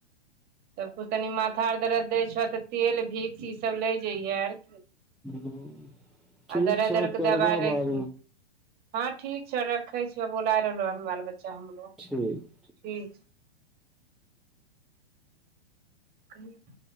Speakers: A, on the right (about 30°); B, in the centre.
A: सब कुछ तनि माथा और दरद दै छौ तऽ तेल भिक्स ई सब लेै जैहे आर।
B: हूँ
A: आ
B: ठीक
A: दरद
B: छऽ
A: आर के
B: करबऽ
A: दबाइ राखिहे
B: बाद मे।
A: हँ ठीक छौ रखे छियौ बोला रहलो हँ बाल बच्चा हमरो।
B: ठीक
A: ठीक कहियो